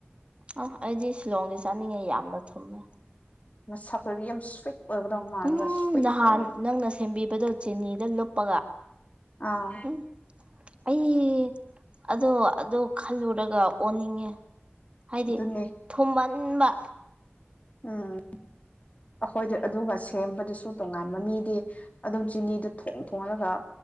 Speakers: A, on the right; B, on the left.
A: ꯑ ꯑꯩꯗꯤ ꯁꯤꯂꯣꯡꯒꯤ ꯆꯥꯅꯤꯡꯉꯦ ꯌꯥꯝꯅ ꯊꯨꯝꯃꯦ
B: ꯃꯥꯁꯛꯇꯗꯤ ꯌꯥꯝ ꯁ꯭ꯋꯤꯠ ꯑꯣꯏꯒꯗꯧ ꯃꯥꯜꯂꯒ
A: ꯎꯝ
B: ꯁ꯭ꯋꯤꯠꯁꯨ
A: ꯅꯍꯥꯟ
B: ꯑꯣꯏꯗꯦ
A: ꯅꯪꯅ ꯁꯦꯝꯕꯤꯕꯗꯣ ꯆꯤꯅꯤꯗ ꯂꯨꯞꯄꯒ
B: ꯑꯥ
A: ꯎꯝ ꯑꯩ ꯑꯗꯣ ꯑꯗꯨ ꯈꯜꯂꯨꯔꯒ ꯑꯣꯟꯅꯤꯡꯉꯦ ꯍꯥꯏꯗꯤ
B: ꯑꯗꯨꯅꯦ
A: ꯊꯨꯝꯃꯟ ꯕ
B: ꯑꯥ ꯑꯩꯈꯣꯏꯗ ꯑꯗꯨꯒ ꯁꯦꯝꯕꯗꯨꯁꯨ ꯇꯣꯉꯥꯟꯕ ꯃꯤꯗꯤ ꯑꯗꯨꯝ ꯆꯤꯅꯤꯗꯨ ꯊꯣꯡ ꯊꯣꯡꯉꯒ